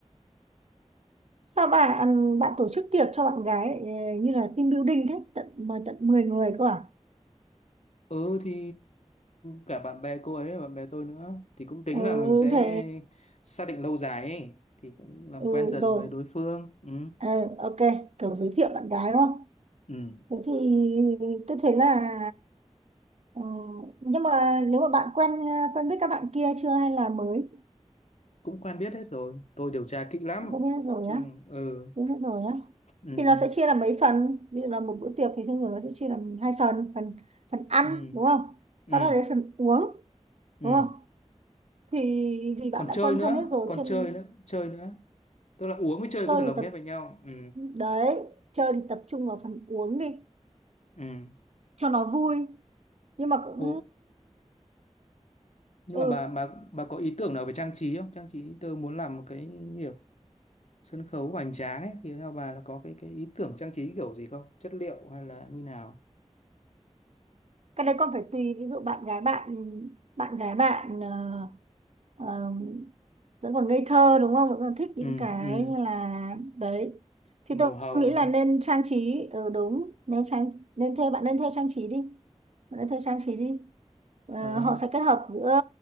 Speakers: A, on the right; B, on the left.
A: sao bà ăn- bạn tổ chức tiệc cho bạn gái ờ, như là team building thế tận mời tận 10 người cơ à
B: Ừ thì cả bạn bè cô ấy và bạn bè tôi nữa thì cũng tính
A: ừ,
B: là mình sẽ
A: thế
B: xác định lâu dài ấy. Thì cũng làm
A: ừ,
B: quen dần
A: rồi
B: với đối phương ừ.
A: Ờ, ok kiểu giới thiệu bạn gái đúng không
B: Ừ.
A: thế thì tôi thấy là ừ, nhưng mà nếu mà bạn quen ờ, quen biết các bạn kia chưa hay là mới
B: Cũng quen biết hết rồi tôi điều tra kỹ lắm
A: quen biết hết rồi
B: chứ
A: nhá
B: ừ.
A: quen biết hết rồi nhá
B: Ừ.
A: thì nó sẽ chia làm mấy phần ví dụ là một bữa tiệc thì thông thường nó sẽ chia làm hai phần phần phần ăn
B: Ừ.
A: đúng không sau
B: Ừ.
A: đó đến phần uống
B: Ừ.
A: đúng không thì vì bạn
B: Còn
A: đã
B: chơi
A: quen
B: nữa
A: thân hết rồi
B: còn
A: chuyện
B: chơi nữa chơi nữa tức là uống với chơi
A: chơi
B: có thể lồng
A: thì tập
B: ghép với nhau ừ.
A: đấy chơi thì tập trung vào phần uống đi
B: Ừ.
A: cho nó vui nhưng mà cũng
B: Ồ, nhưng
A: ừ
B: mà bà bà bà có ý tưởng nào về trang trí không trang trí tôi muốn làm một cái kiểu sân khấu hoành tráng ấy, thì theo bà là có cái cái ý tưởng trang trí kiểu gì không chất liệu hay là như nào
A: cái đấy con phải tùy ví dụ bạn gái bạn bạn gái bạn ờ, Ờ, vẫn còn ngây thơ đúng không vẫn còn thích
B: ừ
A: những cái
B: ừ
A: như là đấy thì
B: màu
A: tôi
B: hồng
A: nghĩ là nên trang trí ừ, đúng nên trang nên thuê bạn nên thuê trang trí đi bạn nên thuê trang trí đi Ờ,
B: ờ
A: họ sẽ kết hợp giữa